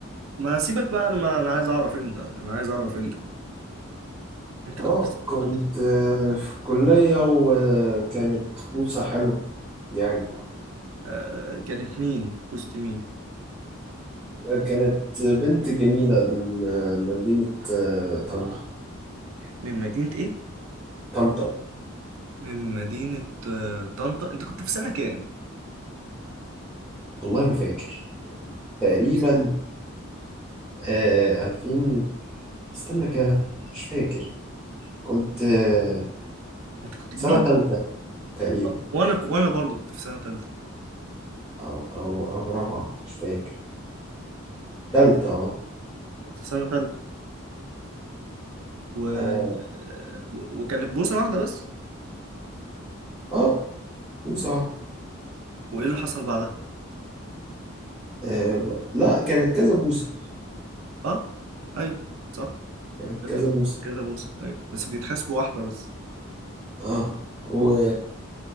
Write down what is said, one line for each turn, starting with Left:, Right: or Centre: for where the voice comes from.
Right: ما سيبك بقى أنا ما أنا عايز أعرف أنت أنا عايز أعرف أنت أنت
Centre: اه
Right: كنت في-
Centre: كنت
Right: كنت في-
Centre: آه، في الكلية وكانت بوسة حلوة يعني
Right: آه كانت مين؟ بوست مين؟
Centre: آه، كانت بنت جميلة من آه، مدينة آه، طنطا
Right: من مدينة إيه؟
Centre: طنطا
Right: من مدينة آه طنطا أنت كنت في سنة كام؟
Centre: والله ما فاكر تقريبا
Right: كنت في سنة-
Centre: آه، 2000 استنى كده مش فاكر كنت آه،
Right: أنت كنت
Centre: سنة
Right: كبير
Centre: تالتة تقريبا
Right: آه، وأنا وأنا برضه كنت في سنة تالتة
Centre: أو أو أو رابعة مش فاكر تالتة أه
Right: كنت في سنة تالتة و... آه،
Centre: آه
Right: و... وكانت بوسة واحدة بس
Centre: آه، بوسة واحدة
Right: وإيه اللي حصل بعدها؟
Centre: آه ب- لا كانت كذا بوسة
Right: اه ايوه صح
Centre: كانت
Right: ده بتبقى
Centre: كذا بوسة
Right: كذا بوسه ايوه بس بيتحسب واحده بس
Centre: أه و...